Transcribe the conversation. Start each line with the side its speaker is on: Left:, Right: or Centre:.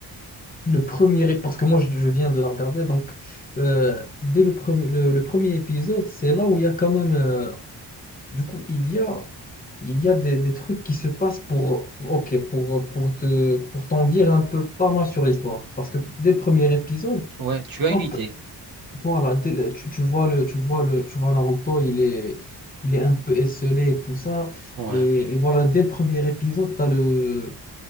Left: le premier, parce que moi je, je viens de la regarder, donc euh, dès le premier, le, le premier épisode, c'est là où il y a quand même, euh, du coup, il y a, il y a des, des trucs qui se passent pour, ok, pour, pour te, pour t'en dire un peu pas mal sur l'histoire. Parce que dès le premier épisode,
Right: ouais, tu as
Left: hop,
Right: une idée.
Left: voilà, dès le- tu, tu vois le, tu vois le, tu vois Naruto, il est, il est un peu esselé et tout ça.
Right: Ouais.
Left: Et, et voilà, dès le premier épisode, t'as le,